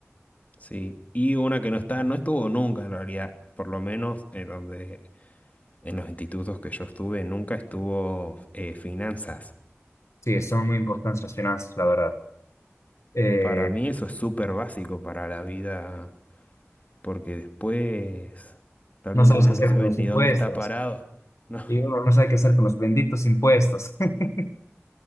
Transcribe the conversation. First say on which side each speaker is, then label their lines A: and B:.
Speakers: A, on the left; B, on the left.
A: Sí, y una que no está, no estuvo nunca en realidad, por lo menos en donde, en los institutos que yo estuve, nunca estuvo eh, finanzas.
B: Sí, son muy importantes las finanzas, la verdad. Eh,
A: Para mí eso es súper básico para la vida, porque después realmente
B: no sabes
A: uno
B: qué hacer
A: no sabe
B: con los
A: ni
B: impuestos
A: dónde está parado. No,
B: y uno no sabe qué hacer con los benditos impuestos. <laughs>